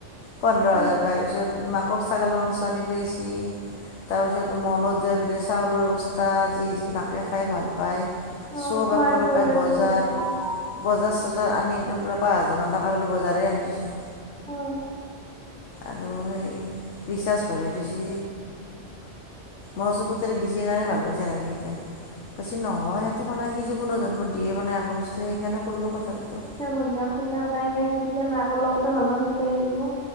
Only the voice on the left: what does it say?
পোন্ধৰ হাজাৰ
পাই, পিছত মাকক ছাগলৰ মাংস আনি খুৱাইছে। তাৰপিছত মলত যাই পেলাই চাউলৰ বস্তা যি যি মাকে খাই ভাল পায়
চব
একফালৰ পৰাই বজাৰ
বজাৰ-চজাৰ আনি একদম পুৰা পাঁচ হাজাৰমান টকাৰ বজাৰেই আনি দিছে।
আৰু এই ৰিচাৰ্জ ভৰে দিছি। মই কৈচু পুতেৰে দিছে কাৰণে ভাল পাইছে নেকি এতিয়া। কৈচি নহয় সেইটো কোৱানাই সি যে কোনো জন্মত দিয়ে পনাই আক বস্তু সেইকাৰণে কলোঁ কথাটোতো।